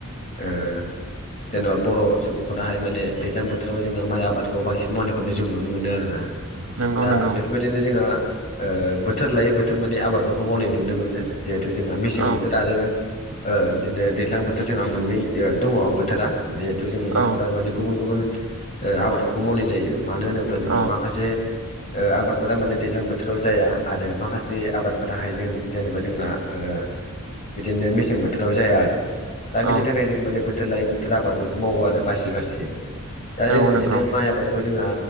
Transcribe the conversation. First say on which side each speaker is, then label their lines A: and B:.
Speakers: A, on the left; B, on the right.
A: ओ जेनेबा बर' सुबुंफोराहाय माने दैज्लां बोथोराव जोंहा माइ आबादखौ बांसिन मावनायखौनो जों नुनो मोनो आरोना।
B: नंगौ
A: दा
B: नंगौ
A: बेफोरबायदिनो जोंहा बोथोर लायै बोथोर माने आबादफोरखौ मावनाय नुनो मोनो। जिहेथु जोंहा मेसें
B: औ
A: बोथोर आरो ओ बिदिनो दैज्लां बोथोर जोंहा मोननै दङ बोथोरा जिहेथु जोङो बेफोराव
B: औ
A: माने गुबुन गुबुन ओ आबादफोरखौ मावनाय जायो मानो होनोब्ला जोंहा
B: औ
A: माखासे ओ आबादफोरा माने दैज्लां बो थोराव जाया आरो माखासे आबादफोर हायो जों जेनेबा जोंना ओ बिदिनो मेसें बोथोराव जाया आरो दा बिनि
B: औ
A: थाखाय जों माने बोथोर लायै बोथोर आबादफोरखौ मावो आरो बासि बासि ए दा
B: नंगौ
A: जोङो बिदिनो
B: नंगौ
A: माइ आबादखौ जोंहा